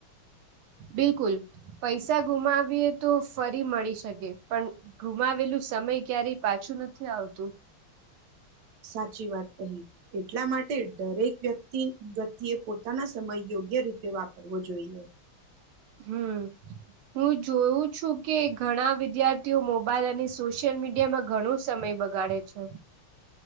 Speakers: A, on the right (about 80°); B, on the right (about 60°).
A: બિલકુલ પૈસા ગુમાવીએ તો ફરી મળી શકે પણ ગુમાવેલું સમય ક્યારેય પાછું નથી આવતું
B: સાચી વાત કહી એટલા માટે દરેક વ્યક્તિ વ્યક્તિએ પોતાના સમય યોગ્ય રીતે વાપરવો જોઈએ
A: હમ હું જોયું છું કે ઘણા વિદ્યાર્થીઓ મોબાઈલ અને સોશિયલ મીડિયામાં ઘણું સમય બગાડે છે